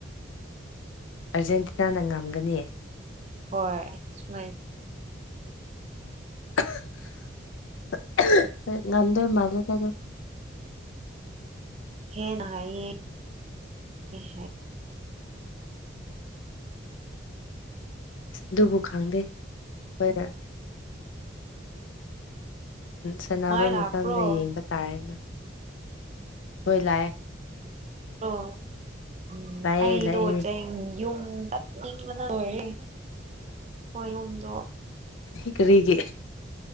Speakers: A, on the left (about 85°); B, on the right (about 35°).
A: ꯑꯔꯖꯦꯟꯇꯤꯅꯥꯅ ꯉꯝꯒꯅꯤ
B: ꯍꯣꯏ ꯁꯨꯃꯥꯏ
A: <unintelligible> ꯉꯝꯗꯣꯢ ꯃꯥꯜꯂꯦꯗ ꯑꯗꯨꯝ
B: ꯍꯦꯟꯅ ꯍꯥꯏꯌꯦ ꯍꯥꯏ
A: ꯑꯗꯨꯕꯨ ꯈꯪꯗꯦ ꯍꯣꯏ ꯁꯥꯟꯅꯕ
B: ꯃꯥꯏ ꯂꯥꯛꯄ꯭ꯔꯣ
A: ꯃꯇꯝꯗ ꯌꯦꯡꯕ ꯇꯥꯔꯦꯅ ꯍꯣꯏ ꯂꯥꯛꯑꯦ
B: ꯑꯣ ꯎꯝ
A: ꯂꯥꯛꯑꯦ
B: ꯑꯩꯗꯣ
A: ꯂꯥꯛꯑꯦ
B: ꯖꯦꯡ ꯌꯨꯝ ꯆꯠꯅꯤꯡꯕꯅ ꯂꯣꯔꯦ ꯍꯣꯏ ꯌꯨꯝꯗꯣ
A: ꯀꯔꯤꯒꯤ